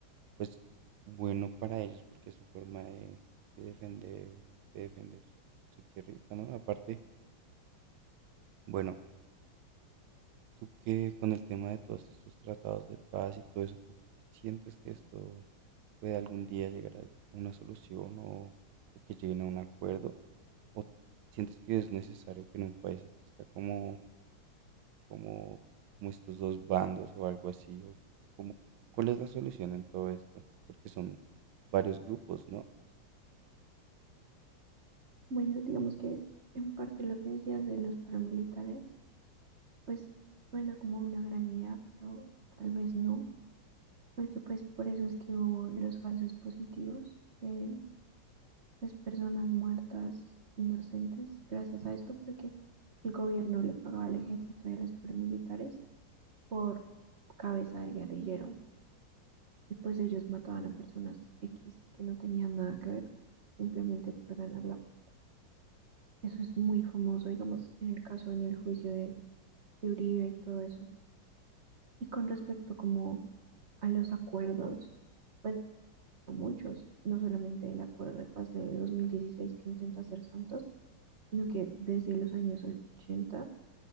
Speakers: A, on the right; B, on the right.
A: pues bueno para ellos porque es su forma de, de defender, de defender su, su tierrita, ¿no? Aparte, bueno. Tú qué con el tema de todos estos tratados de paz y todo eso, ¿tú sientes que esto puede algún día llegar a a una solución o, o que lleguen a un acuerdo? ¿O sientes que es necesario que en un país exista como, como, como estos dos bandos o algo así? ¿O como, cuál es la solución en todo esto? Porque son varios grupos, ¿no?
B: Bueno, digamos que en parte lo que decías de los paramilitares, pues suena como una gran idea, pero tal vez no, porque pues por eso es que hubo los falsos positivos de pues personas muertas inocentes gracias a esto, porque el gobierno le pagaba al ejército y a los paramilitares por cabeza de guerrillero. Y pues ellos mataban a personas X que no tenían nada que ver, simplemente por ganar la plata. Eso es muy famoso, digamos, en el caso, en el juicio de, de Uribe y todo eso. Y con respecto como a los acuerdos, pues muchos, no solamente el acuerdo de paz de 2016 que intentó hacer Santos, sino que desde los años 80